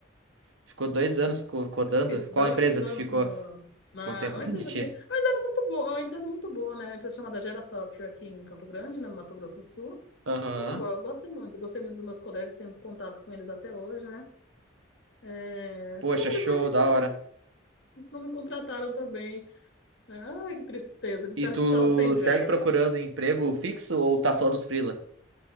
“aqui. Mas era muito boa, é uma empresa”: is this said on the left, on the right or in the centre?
Left